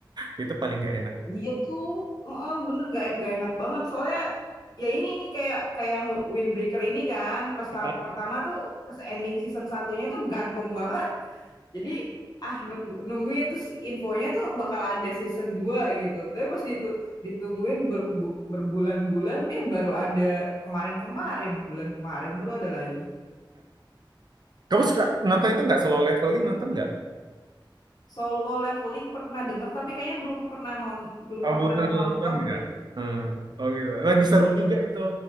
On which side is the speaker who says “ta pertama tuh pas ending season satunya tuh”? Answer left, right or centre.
Left